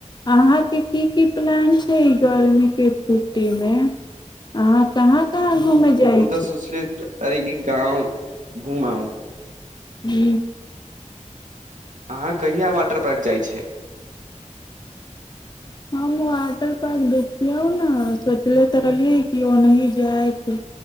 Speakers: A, on the left; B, on the right.
A: अहाँके की की प्लान छै ई गरमीके छुट्टीमे अाँ कहाँ कहाँ घूमे जाय
B: सुशलित तरके गाँव घुमाउ
A: हू
B: अहाँ कहिया वाटर पार्क जाइत छै
A: हम वाटर पार्क देखियौ ने सोचले तऽ रहलियै कि ओनाही जायके